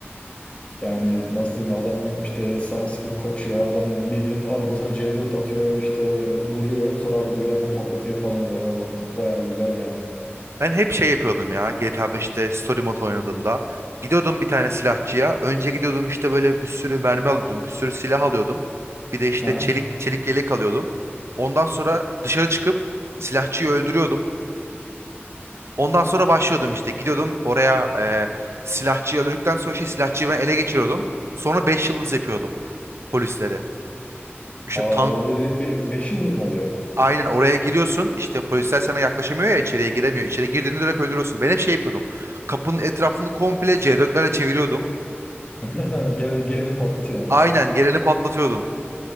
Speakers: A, on the left; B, on the right.
A: Yani nasıl diyeyim adam işte sana sıkıp kaçıyor. Adam bildiğin arabasını C4 atıyor işte duruyor. Sonra araba giderken patlatıyor falan böyle. O bayağı güzel yani.
B: Ben hep şey yapıyordum ya GTA 5'te story mode oynadığımda. Gidiyordum bir tane silahçıya. Önce gidiyordum işte böyle bir sürü mermi alıyordum. Bir sürü silah alıyordum. Bir de işte
A: Aha.
B: çelik çelik yelek alıyordum. Ondan sonra dışarı çıkıp silahçıyı öldürüyordum. Ondan sonra başlıyordum işte. Gidiyordum oraya e, silahçıyı öldürdükten sonra şey silahçıyı ben ele geçiriyordum. Sonra 5 yıldız yapıyordum polisleri. İşte
A: Aa,
B: tank
A: orada direkt be beş yıldız mı oluyor?
B: Aynen oraya giriyorsun işte polisler sana yaklaşamıyor ya içeriye giremiyor. İçeri girdiğinde direkt öldürüyorsun. Ben hep şey yapıyordum. Kapının etrafını komple C4'lerle çeviriyordum.
A: <laughs> Gel, geleni patlatıyor.
B: Aynen geleni patlatıyordum.